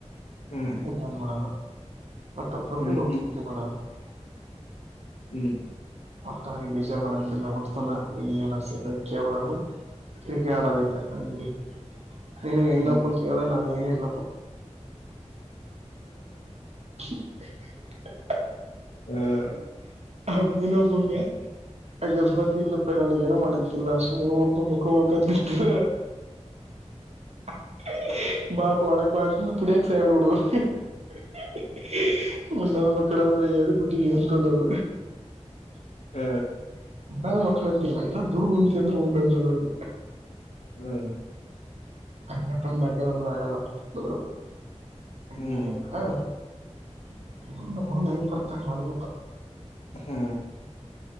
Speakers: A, on the left; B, on the right.
A: ಹ್ಮ್
B: ಇ <inaudible> <unintelligible>
A: ಹ್ಮ್ ಹ್ಮ್
B: ಮತ್ ಅವನ್ ಬಿಜಿ ಮಾಡಂತಿಲ್ಲ ಹುಟ್ತನ <unintelligible> ಕ್ರಿಕೆಟ್ ಆಡೋದೖತೆ ನಡಿ ನಿನಗೆ ಇನ್ನೊಬ್ಬ
A: ಹ್ಮ್
B: ಕೇಳಿದ್ರೆ ನ ಏನ್ ಹೇಳಿ <unintelligible>
A: ಹ
B: ಹ ಇನೊಬ್ಬಗೆ ಅಕಸ್ಮಾತ ಇಲ್ಲ ಏ ನನ್ಗ್ ಏನು ಮಾಡಂತಿಲ್ಲ ಸುಮ್ನ ಮುಕ್ಕಬೇಕು ಅಂತ <unintelligible> ಬಾಪ ಒಳಕ್ ಬಾ <unintelligible> ಒನ್ನಾದ ಮಕ್ಕಳಾದಂದ್ರ ಎದಕ್ಕ ಹುಟ್ಟಿಂತನ್ನದು.
A: ಹ್ಮ್
B: <unintelligible> ಮಕ್ಕಳ ಅಂತಿಲ್ಲ ಇಲ್ಲ ದುಡದ ಅಂತ ಅಂದ್ರ ಉಂಡ ಅಂತ ನಾವು.
A: ಹ್ಮ್
B: <unintelligible> ಹೆಂಗ್
A: ಹ್ಮ್
B: ಬರ್ತಾಂಗ <unintelligible>
A: ಹ್ಮ್